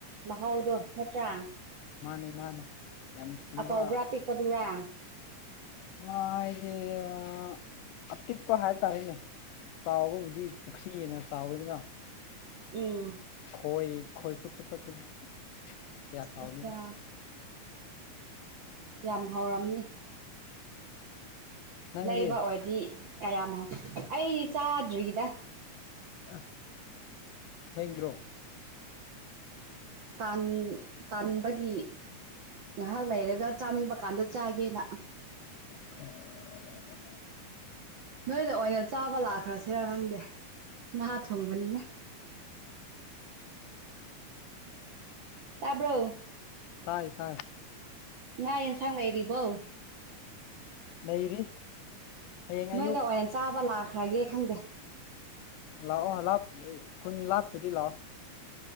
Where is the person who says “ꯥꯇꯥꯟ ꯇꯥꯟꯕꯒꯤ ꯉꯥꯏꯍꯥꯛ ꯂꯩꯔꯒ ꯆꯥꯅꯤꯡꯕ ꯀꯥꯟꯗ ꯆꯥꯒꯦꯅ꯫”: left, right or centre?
Right